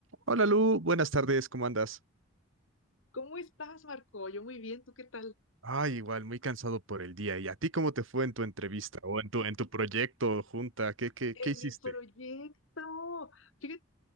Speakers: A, on the right; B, on the left.
A: Hola Lu, buenas tardes, ¿cómo andas?
B: ¿Cómo estás, Marco? Yo muy bien, ¿tú qué tal?
A: Ay, igual, muy cansado por el día. ¿Y a ti cómo te fue en tu entrevista o en tu en tu proyecto junta? ¿Qué, qué,
B: En
A: qué hiciste?
B: mi proyecto. Fíjate